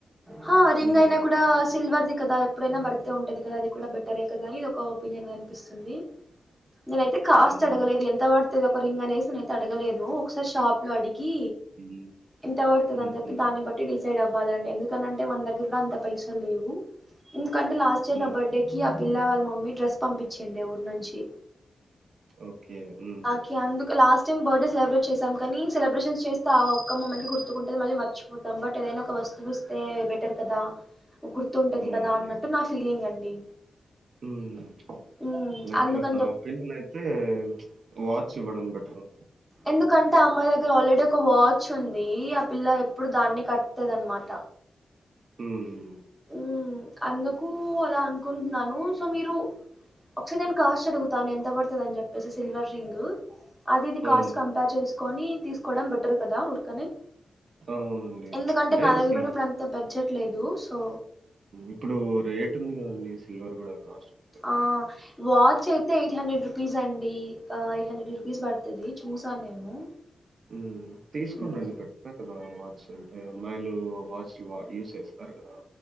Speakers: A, in the centre; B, on the right (about 50°).
A: హ రింగ్
B: హ్మ్.
A: అయినా కూడా సిల్వర్ది కదా ఎప్పుడైనా భర్తే ఉంటది. కదా అది కూడా బెటరే కదా అది ఒక ఒపీనియన్ అనిపిస్తుంది. నేనైతే కాస్ట్
B: హ్మ్.
A: అడగలేదు ఎంత పడుతది ఒకరి రింగ్ అనేసి నేనైతే అడగలేదు ఒకసారి షాప్ లో అడిగి
B: ఇది.
A: ఎంత బడుతది
B: హ్మ్.
A: అని జెప్పి
B: హ్మ్.
A: దాన్ని బట్టి డిసైడ్ అవ్వాలండి ఎందుకనంటే మన దగ్గర కూడా అంత పైసలు లేవు ఎందుకంటే లాస్ట్ ఇయర్
B: హ్మ్.
A: నా బర్డే కి ఆ పిల్ల వాళ్ళ మమ్మీ డ్రెస్ పంపించిందే ఊరి నుంచి
B: ఓకే ఉమ్మ్
A: కి అందుక్ లాస్ట్ టైమ్ బర్డే సెలబ్రేట్ చేసాం కానీ సెలబ్రేషన్ చేస్త ఆ ఒక్క ముమెంట్ గుర్తుకుంటే మళ్ళీ మర్చిపోతాం బట్ ఏదైనా ఒక వస్తువు ఐతే బెటర్ కదా గుర్తుంటది
B: అవునండి.
A: కదా అన్నట్టు నా ఫీలింగ్ అండి
B: ము
A: ఉమ్
B: లైక్
A: అందుకని
B: <inaudible>
A: చెప్
B: ఐతే వాచ్ ఇవ్వడం బెటర్
A: ఎందుకంటే ఆ అమ్మాయి దగ్గర ఆల్రెడీ ఒక వాచ్ ఉంది. ఆ పిల్ల ఎప్పుడు దాన్ని కట్టతది అన్మాట
B: ము
A: ఉ అందుకు అలా అనుకుంటున్నాను సో మీరు ఒకసారి నేను కాస్ట్ అడుగుతాను ఎంత పడుతది అని జెప్పేసి సిల్వర్ రింగ్ అది ఇది కాస్ట్
B: అవునండి.
A: కంపేర్ చేసుకొని తీసుకోవడం బెటర్ కదా ఉరకనే
B: అవునండి.
A: ఎందుకంటే
B: అంటే
A: న దగ్ర
B: సిల్
A: ఇప్పుడు అంత బడ్జెట్ లేదు సో
B: ఇప్పుడు రేట్ ఉంది కదండి సిల్వర్ కూడా కాస్ట్ ఉంది కదా!
A: ఆ వాచ్ అయితే ఎయిట్ హండ్రెడ్ రూపీస్ అండి. ఎయిట్ హండ్రెడ్ రూపీస్ పడుతది చూసాను నేను
B: ము తీసుకుని
A: మ్,
B: రండి పెడ కదా వాచ్ అంటే అమాయిలు వాచ్లు యూస్ చేస్తారు గదా